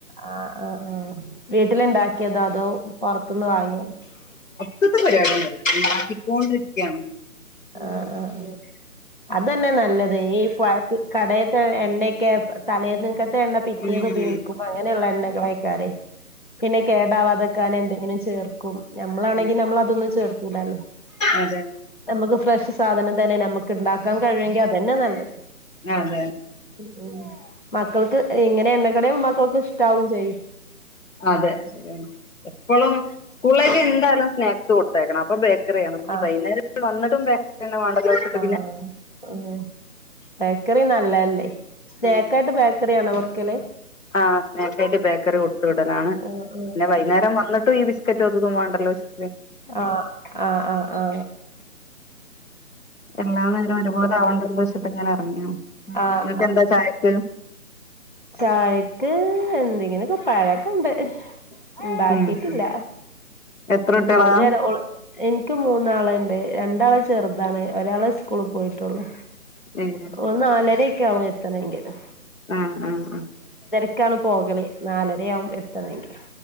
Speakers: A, on the left; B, on the left.
A: ആ ആഹ് ആഹ് വീട്ട്ല് ണ്ടാക്കിയതോ അതോ പൊർത്ത്ന്ന് വാങ്യേതോ
B: <unintelligible> ഉണ്ടാക്കിക്കൊണ്ടിരിക്കാണ്
A: ആ ആഹ് അതന്നെ നല്ലത് <unintelligible> കടേ ട്ട എണ്ണേക്കെ തലേന്നക്കത്തെ എണ്ണ പിറ്റേന്ന്
B: ഉം
A: ഉപയോഗിക്കും അങ്ങനെള്ള എണ്ണെകളേക്കാരെയ്. പിന്നെ കേടാവാതക്കാന് എന്തെങ്കിലും ചേർക്കും നമ്മളാണെ
B: ഉം
A: ഞമ്മളതൊന്നും ചേർക്കൂലല്ലോ
B: അതെ
A: ഞമ്മക്ക് ഫ്രഷ് സാധനം തന്നെ ഞമ്മക്ക് ണ്ടാക്കാൻ കഴിയൊങ്കി അതന്നെ നല്ലത്
B: അതെ അതെ
A: ഉം ഉം മക്കൾക്ക് ഇങ്ങനെ എണ്ണക്കട്യവുമ്പോ മക്കൾക്ക് ഇഷ്ട്ടാവും ചെയ്യും
B: അതെ ശെരിയാണ് എപ്പളോ സ്കൂളിലേക്ക് എന്തയലും സ്നാക്സ് കൊട്ത്തയക്കണം അപ്പ ബേക്കറിയാണ്. അപ്പഞ്ഞി
A: ആഹ്
B: വൈന്നേരം വന്ന്ട്ടും ബെക്കറി ന്നെ വാണ്ടല്ലോച്ച്ട്ട്
A: ആഹ്
B: പിന്നെ
A: ഉം ബേക്കറി നല്ലല്ലേയ് സ്നക്കായ്ട്ട്
B: ഉം
A: ബേക്കറി ആണോ കൊട്ക്കല്.
B: ആ സ്നാക്കായ്ട്ട് ബേക്കറി കൊട്ത്ത് വിടലാണ്
A: ആഹ്
B: പിന്നെ വൈന്നേരം വന്ന്ട്ടും ഈ ബിസ്‌ ക്കറ്റും അതുതും വേണ്ടല്ലോ ച്ച്ട്ട്
A: ആ ആ ആ ആ
B: എല്ലാനേരോം ഒര് പോലെ ആവണ്ടാച്ച്ട്ട്ങ്ങനെ
A: ആഹ്
B: ങ്ങക്കെന്താ ചായക്ക്
A: താഴെക്ക് എന്തെങ്ങനെ പ്പാഴൊക്കെ ഇണ്ട് പ ണ്ടാക്കിട്ടില്ല
B: ഉം എത്ര കുട്ടികളാ
A: മോളു നേരെ ഓള് എനിക്ക് മൂന്നാളുണ്ട് രണ്ടാള ചെ ചെറുതാണ് ഒരാളെ സ്കൂളിൽ പോയിട്ടുള്ളൂ
B: ഏഹ് ശരി
A: ഓൾ നാലരക്കെ ആവും എ തന്നെങ്കില്
B: ആ ആ ആ
A: ക്കാണ് പോകളേ നാലരയാവുംമ്പോ എത്തണമെങ്കില്